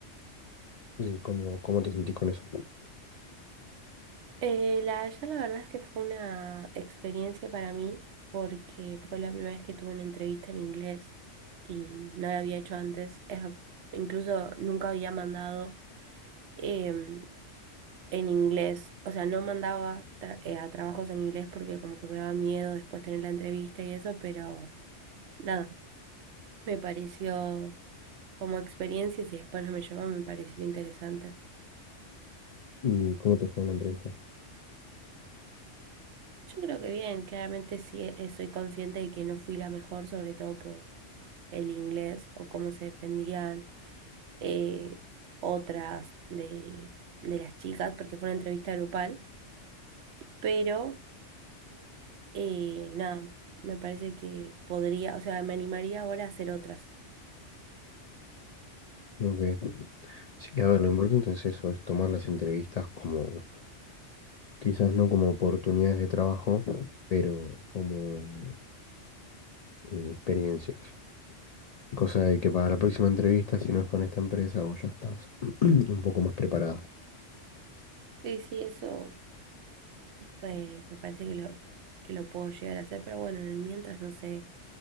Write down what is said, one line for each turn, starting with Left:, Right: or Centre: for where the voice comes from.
Left: ¿Y cómo, cómo te sentís con eso?
Right: Eh, la Haya, la verdad es que fue una experiencia para mí porque fue la primera vez que tuve una entrevista en inglés y no la había hecho antes. Es a- incluso nunca había mandado em, en inglés, o sea, no mandaba tra- eh, a trabajos en inglés porque como que me daba miedo después tener la entrevista y eso, pero nada, me pareció como experiencia y si después no me llaman me pareció interesante.
Left: ¿Y cómo te fue en la entrevista?
Right: Yo creo que bien, claramente sí eh, soy consciente de que no fui la mejor, sobre todo por el inglés o cómo se defendían eh, otras de, de las chicas, porque fue una entrevista grupal, pero eh, nada, me parece que podría, o sea, me animaría ahora a hacer otras.
Left: Ok. Sí, a ver, lo importante es eso, es tomar las entrevistas como, quizás no como oportunidades de trabajo, pero como eh, experiencias. Cosa de que para la próxima entrevista, si no es con esta empresa, vos ya estás <clears throat> un poco más preparada.
Right: Sí, sí, eso eh, me parece que lo, que lo puedo llegar a hacer, pero bueno, en el mientras no sé,